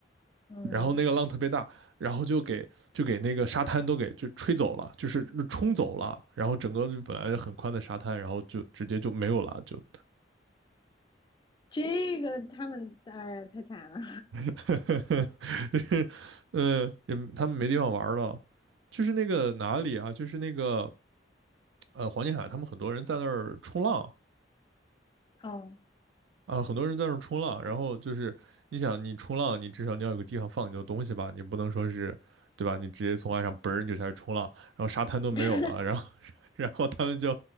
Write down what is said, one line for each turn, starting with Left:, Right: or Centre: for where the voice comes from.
Left: 嗯，
Right: 然后那个浪特别大，然后就给就给那个沙滩都给就吹走了，就是冲走了，然后整个就本来很宽的沙滩，然后就直接就没有了，就，
Left: 这个他们哎太惨了。
Right: <laughs> 就是呃，也他们没地方玩了，就是那个哪里啊，就是那个呃黄金海岸，他们很多人在那儿冲浪，
Left: <laughs> 哦，
Right: 啊，很多人在那儿冲浪，然后就是你想，你冲浪，你至少你要有个地方放你的东西吧，你不能说是，对吧？你直接从岸上嘣儿你就下去冲浪，然后沙滩都没有了，
Left: <laughs>
Right: 然后 <laughs> 然后他们就